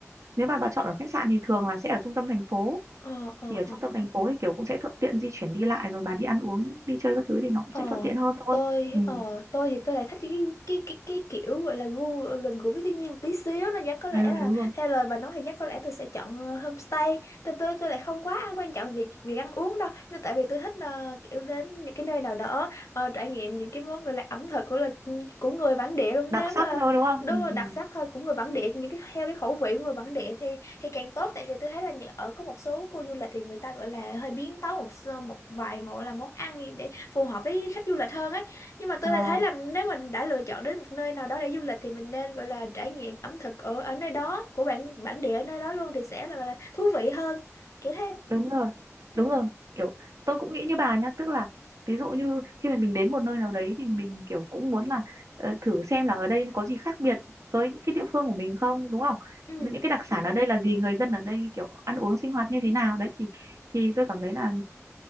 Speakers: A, on the right; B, on the left.
A: nếu mà bà chọn ở khách sạn thì thường là sẽ ở trung tâm thành phố
B: Ờ, ờ,
A: thì ở
B: ờ.
A: trung tâm thành phố thì kiểu cũng sẽ thuận tiện di chuyển đi lại rồi bà đi ăn uống đi chơi các thứ thì nó cũng
B: Ờ,
A: sẽ thuận tiện hơn thôi
B: tôi
A: ừ,
B: ờ, tôi thì tôi lại thích cái cái cái cái kiểu gọi là gu ờ, gần gũi với thiên nhiên một tí xíu nên chắc có lẽ
A: ừ
B: là
A: đúng rồi
B: theo lời bà nói thì chắc có lẽ tôi sẽ chọn ờ, homestay. Tôi tôi tôi lại không quá quan trọng việc việc ăn uống đâu. Nên tại vì tôi thích ờ, kiểu đến những cái nơi nào đó ờ, trải nghiệm những cái món gọi là ẩm thực của là của người bản địa luôn.
A: đặc
B: Nếu
A: sắc
B: mà
A: thôi đúng không?
B: đúng
A: Ừ,
B: rồi đặc
A: ừ.
B: sắc thôi của người bản địa những cái theo cái khẩu vị của người bản địa thì thì càng tốt tại vì tôi thấy là nhờ- ở có một số khu du lịch thì người ta gọi là hơi biến tấu một sơ- một vài một là món ăn gì để phù hợp với khách du lịch hơn ấy nhưng mà tôi
A: Ờ,
B: lại thấy là nếu mình đã lựa chọn đến một nơi nào đó để du lịch thì mình nên gọi là trải nghiệm ẩm thực ở ở nơi đó của bản bản địa ở nơi đó luôn thì sẽ là, là thú vị hơn kiểu thế
A: đúng rồi,
B: ừ
A: đúng rồi. Kiểu tôi cũng nghĩ như bà nhá, tức là ví dụ như khi mà mình đến một nơi nào đấy thì mình kiểu cũng muốn là ờ, thử xem là ở đây có gì khác biệt với những cái địa phương của mình không, đúng không?
B: ừ
A: Những cái đặc sản ở đây là gì, người dân ở đây kiểu ăn uống sinh hoạt như thế nào đấy thì thì tôi cảm thấy là